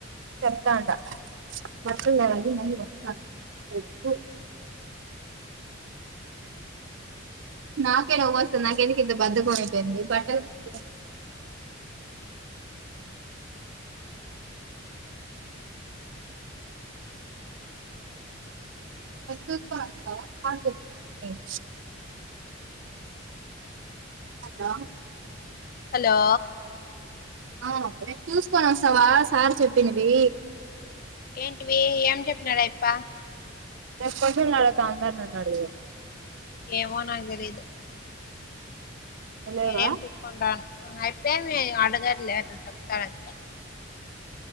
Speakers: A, on the right (about 60°); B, on the left (about 45°).
A: చెప్తా ఉండా <unintelligible> నాకే నవ్వు వస్తంది నాకెందుకు ఇంత బద్దకం అయిపోయింది బట్టలు కూడా రేపు తీసుకోని ఒస్తావా సార్ చెప్పినవి హలో
B: హలో
A: ఆ రేపు తీసుకోని వస్తావా సార్ చెప్పినవి
B: ఏంటివి ఏం చెప్నాడు అయప్ప
A: రేపు క్వషన్లు అని అందరినన్నడు కదా
B: ఏమో నాకు తెలీదు
A: నువ్వు లేవా
B: నేనేం చూసుకొని రాను అయితే మీ అడగర్లే అట్ల చెప్తాడంతే